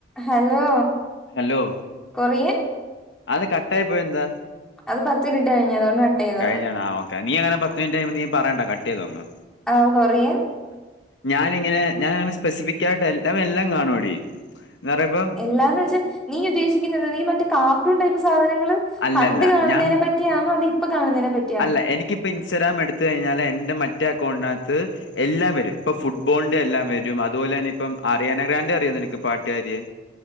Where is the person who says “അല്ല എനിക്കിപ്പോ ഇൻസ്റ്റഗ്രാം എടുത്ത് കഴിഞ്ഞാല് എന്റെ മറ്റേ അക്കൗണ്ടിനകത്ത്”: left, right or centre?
Left